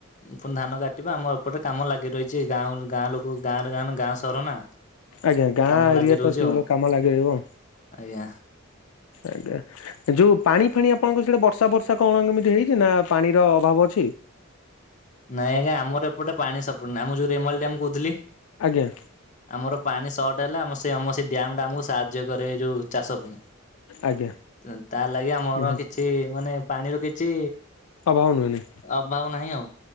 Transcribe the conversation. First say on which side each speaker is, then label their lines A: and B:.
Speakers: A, on the left; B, on the left.
A: ପୁଣି ଧାନ କାଟିବା ଆମ ଏପଟେ କାମ ଲାଗି ରହିଛି ଗାଁ ଉଁ ଗାଁ ଲୋକ। କୋଉ ଗାଁରେ ଗାଁ ନା ଗାଁ ସହର ନା।
B: ଆଜ୍ଞା ଗାଁ
A: କାମ ଲାଗି
B: ଏରିଆ
A: ରହୁଛି
B: ତ ସେଇ
A: ଆଉ
B: କାମ ଲାଗି ରହିବ।
A: ଆଜ୍ଞା।
B: ଆଜ୍ଞା ଯୋଉ ପାଣି ଫାଣି ଆପଣଙ୍କ ସିଆଡେ ବର୍ଷା ବର୍ଷି‌। ନାଁ କଁ କେମିତି ହେଇଛି ନା ପାଣିର ଅଭାବ ଅଛି।
A: ନାଇଁ ଆଜ୍ଞା ଆମର ଏପଟେ ପାଣି ସଟ ପଡେନି ଆମ ଯୋଉ ରେମାଲି ଡାମ କହୁଥିଲି।
B: ଆଜ୍ଞା।
A: ଆମର ପାଣି ସଟ୍ ହେଲେ ଆମ ସେଇ ଆମ ସେଇ ଡ୍ୟାମ ଟା ଆମକୁ ସାହାଯ୍ୟ କରେ ଏ ଯୋଉ ଚାଷ ପାଇଁ।
B: ଆଜ୍ଞା
A: ତ ତା ଲାଗି ଆମର
B: ନିହାତି
A: କିଛି ମାନେ ପାଣିର କିଛି।
B: ଅଭାବ ନୁଏନି।
A: ଅଭାବ ନାହିଁ ଆଉ।